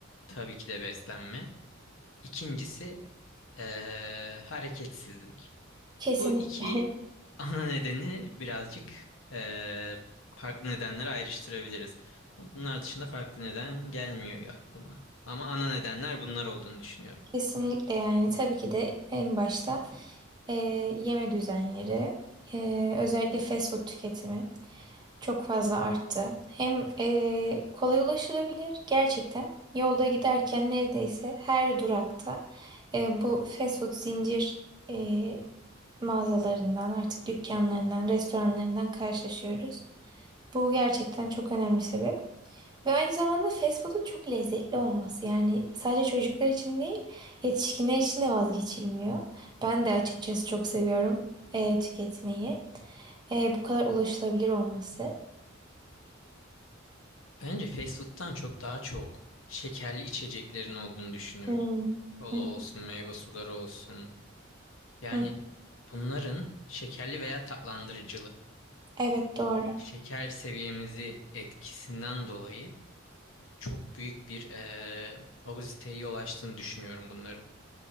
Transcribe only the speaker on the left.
tabii ki de beslenme. İkincisi eee, hareketsizlik.
Bu iki
ana nedeni birazcık eee, farklı nedenlere ayrıştırabiliriz. Bunlar dışında farklı neden gelmiyor aklıma. Ama ana nedenler bunlar olduğunu düşünüyorum.
Bence fast food'tan çok daha çok şekerli içeceklerin olduğunu düşünüyorum.
Kola
olsun, meyve suları olsun. Yani
bunların şekerli veya tatlandırıcılı.
Bu şeker seviyemizi etkisinden dolayı çok büyük bir eee obeziteye yol açtığını düşünüyorum bunların.